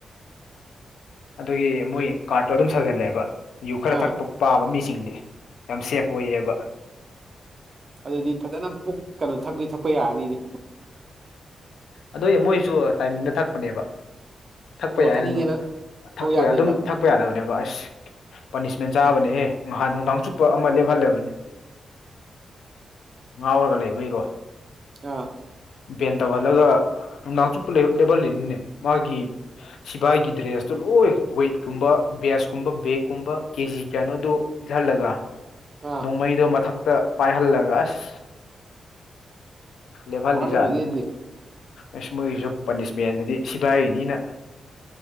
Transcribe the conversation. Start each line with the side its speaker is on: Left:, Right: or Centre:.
Left: ꯑꯗꯨꯒꯤ ꯃꯣꯏ ꯀꯥꯔꯠꯇꯣ ꯑꯗꯨꯝ ꯁꯥꯖꯜꯂꯛꯑꯦꯕ ꯖꯨ ꯈꯔ
Right: ꯑꯥ
Left: ꯊꯛꯄ ꯄꯥꯕ ꯃꯤꯁ ꯁꯤꯡꯗꯤ ꯌꯥꯝ ꯁꯦꯐ ꯑꯣꯏꯌꯦꯕ
Right: ꯑꯗꯨꯗꯤ ꯐꯖꯅ ꯄꯨꯛ ꯀꯩꯅꯣ ꯊꯛꯇꯣꯏ ꯊꯛꯄ ꯌꯥꯔꯅꯤꯅꯦ
Left: ꯑꯗꯨꯏ ꯃꯣꯏꯁꯨ ꯇꯥꯏꯃꯤꯡꯗ ꯊꯛꯄꯅꯦꯕ ꯊꯛꯄ
Right: ꯑꯣ
Left: ꯌꯥꯏ
Right: ꯊꯛꯅꯤꯡꯉꯦꯅ
Left: ꯍꯥꯏꯅ
Right: ꯊꯛꯎ
Left: ꯊꯛꯄ
Right: ꯌꯥꯗꯦꯕ
Left: ꯑꯗꯨꯝ ꯊꯛꯄ ꯌꯥꯗꯕꯅꯦꯕ ꯑꯁ ꯄꯥꯅꯤꯁꯃꯦꯟ ꯆꯥꯕꯅꯦ ꯑꯦꯍꯦ ꯉꯍꯥꯟ ꯅꯨꯡꯗꯥꯡ ꯆꯨꯞꯄ ꯑꯃ ꯂꯦꯞꯍꯜꯂꯕꯅꯦ ꯉꯥꯎꯔꯒ ꯂꯩꯕꯩꯀꯣ
Right: ꯑꯥ
Left: ꯚꯦꯟ ꯇꯧꯍꯜꯂꯒ ꯅꯨꯡꯗꯥꯡ ꯆꯨꯞꯄ ꯂꯦꯞꯍꯜꯂꯤꯅꯤꯅꯦ ꯃꯥꯒꯤ ꯁꯤꯐꯥꯏꯒꯤ ꯗ꯭ꯔꯦꯁꯇꯨ ꯂꯣꯏ ꯋꯦꯠꯀꯨꯝꯕ ꯕꯦꯁ ꯀꯨꯝꯕ ꯕꯦꯒꯀꯨꯝꯕ ꯀꯦ ꯖꯤ ꯀꯌꯥꯅꯣꯗꯨꯣ ꯏꯤꯠꯍꯜꯂꯒ
Right: ꯑꯥ
Left: ꯅꯣꯡꯃꯩꯗꯣ ꯃꯊꯛ ꯇ ꯄꯥꯏꯍꯜꯂꯒ ꯑꯁ ꯂꯦꯞꯐꯥꯜꯂꯤꯖꯥꯅꯤ
Right: ꯋꯥꯔꯝꯒꯅꯤ ꯑꯗꯨꯗꯤ
Left: ꯑꯁ ꯃꯣꯏꯒꯤꯁꯨ ꯄꯥꯅꯤꯁꯃꯦꯟꯗꯗꯤ ꯁꯤꯐꯥꯏꯅꯤꯅ